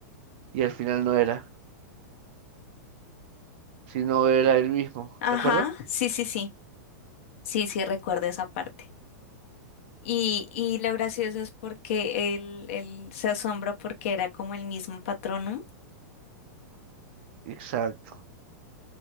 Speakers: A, on the right; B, on the left.
A: y al final no era, sino era él mismo,
B: Ajá,
A: ¿te acuerdas?
B: sí, sí, sí, sí, sí, recuerdo esa parte. Y, y lo gracioso es porque él, él se asombra porque era como el mismo patronum.
A: Exacto.